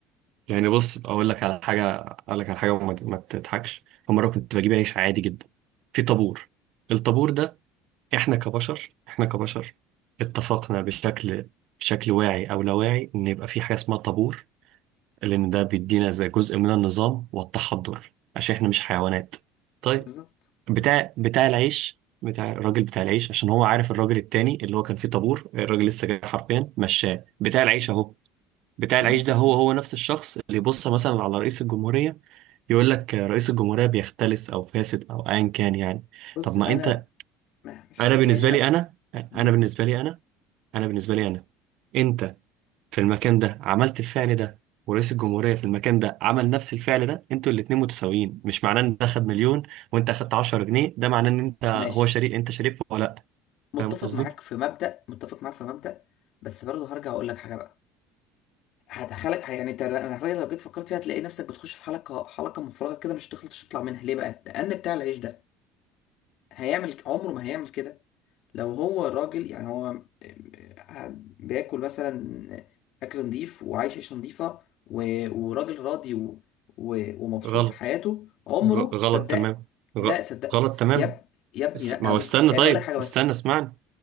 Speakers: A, on the right; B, on the left.
A: يعني بص اقول لك على حاجه اقول لك على حاجه وما ما تضحكش فمره كنت بجيب عيش عادي جدا في طابور الطابور ده احنا كبشر احنا كبشر اتفقنا بشكل بشكل واعي او لا واعي ان يبقى في حاجه اسمها طابور لان ده بيدينا زي جزء من النظام والتحضر عشان احنا مش حيوانات طيب
B: بالظبط
A: بتاع
B: مم.
A: بتاع العيش بتاع الراجل بتاع العيش عشان هو عارف الراجل التاني اللي هو كان فيه طابور الراجل لسه جاي حرفيا مشاه بتاع العيش اهو بتاع
B: مم.
A: العيش ده هو هو نفس الشخص اللي يبص مثلا على رئيس الجمهورية يقول لك رئيس الجمهورية بيختلس او فاسد او ايا كان يعني
B: بص
A: طب ما
B: انا
A: انت
B: ما مش
A: انا
B: عارف
A: بالنسبة
B: يعني انا
A: لي انا انا
B: مم.
A: بالنسبة لي انا انا بالنسبة لي انا انت في المكان ده عملت الفعل ده ورئيس الجمهورية في المكان ده عمل نفس الفعل ده انتوا الاتنين متساويين مش معناه ان ده خد مليون وانت اخدت 10 جنيه ده معناه ان انت
B: ماشي
A: هو شريك انت شريك ولا لا
B: متفق
A: فاهم قصدي
B: معاك في مبدأ متفق معاك في مبدأ بس برضه هرجع اقول لك حاجه بقى هدخلك يعني انت انا على فكرة لو جيت فكرت فيها هتلاقي نفسك بتخش في حلقه حلقه مفرغه كده مش تخلطش تطلع منها ليه بقى لان بتاع العيش ده هيعمل عمره ما هيعمل كده لو هو راجل يعني هو آه، قاعد بياكل مثلا اكل نظيف وعايش عيشه نظيفه و- وراجل راضي و... و... ومبسوط
A: غلط
B: في حياته عمره
A: غ- غلط
B: صدق
A: تمام
B: لا
A: غ-
B: صدق
A: غلط تمام
B: يا اب... يا ابني
A: اس-
B: لا
A: ما هو
B: بص
A: استنى
B: انا
A: طيب
B: اقول لك حاجه بس
A: استنى اسمعني